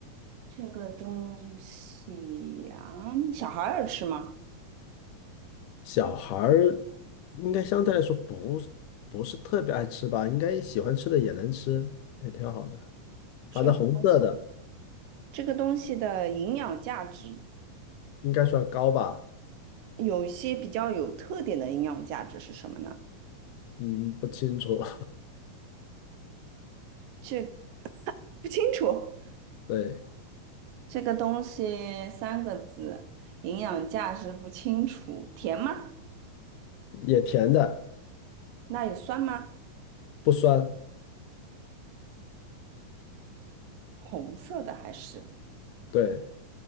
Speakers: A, on the right (about 80°); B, on the left (about 80°).
A: 这个东西呀，小孩儿吃吗？
B: 小孩儿应该相对来说不是不是特别爱吃吧，应该喜欢吃的也能吃，也挺好的。
A: 这个
B: 反正红色的
A: 这个东西的营养价值。
B: 应该算高吧，
A: 有一些比较有特点的营养价值是什么呢？
B: 嗯，不清楚，
A: 这不清楚。
B: <laughs> 对，
A: 这个东西三个字，营养价值不清楚。甜吗？
B: 也甜的，
A: 那有酸吗？
B: 不酸，
A: 红色的还是
B: 对。